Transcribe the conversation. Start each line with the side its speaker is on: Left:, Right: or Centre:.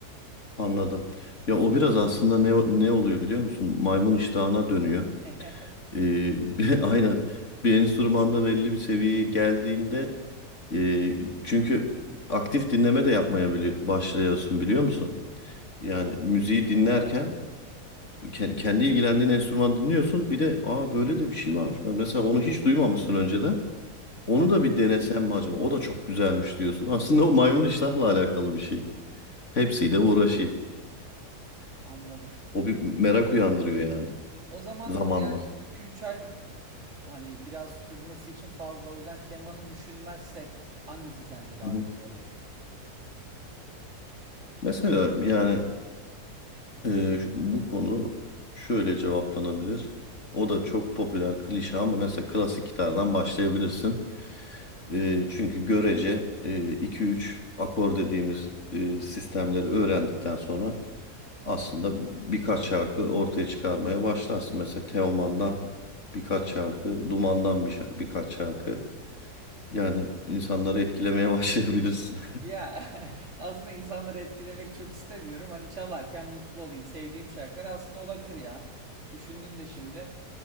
Left: Anladım. Ya o biraz aslında ne ne oluyor biliyor musun? Maymun iştahına dönüyor.
Right: <laughs>
Left: Ee, <laughs> bir- aynen. Bir enstrümanda belli bir seviyeye geldiğinde e, çünkü aktif dinleme de yapmaya bili- başlıyorsun biliyor musun? Yani
Right: Doğru.
Left: müziği dinlerken
Right: Evet,
Left: ke- kendi ilgilendiğin enstrüman dinliyorsun. Bir de aa böyle de bir şey varmış. Ben mesela onu hiç duymamışsın önceden. Onu
Right: değil mi?
Left: da bir denesem mi acaba? O da çok güzelmiş diyorsun. Aslında o maymun iştahla alakalı bir şey. Hepsiyle uğraşayım.
Right: Anladım.
Left: O bir merak uyandırıyor yani.
Right: O zaman
Left: Zamanla.
Right: yani iki üç ay hani biraz sürmesi için fazla. O yüzden kemanı düşünmezsek hangisi sence daha
Left: Hı hı.
Right: kolay olur?
Left: Mesela yani e, şu- bu konu şöyle cevaplanabilir. O da çok popüler klişe ama mesela klasik gitardan başlayabilirsin. E, çünkü görece iki üç akor dediğimiz e, sistemleri öğrendikten sonra aslında birkaç şarkı ortaya çıkarmaya başlarsın. Mesela Teoman'dan birkaç şarkı, Duman'dan bir şa- birkaç şarkı. Yani insanları etkilemeye <laughs> başlayabilirsin.
Right: Ya <laughs> aslında insanları etkilemek çok istemiyorum. Hani çalarken mutlu olayım. Sevdiğim şarkılar aslında olabilir ya. Düşündüm de şimdi.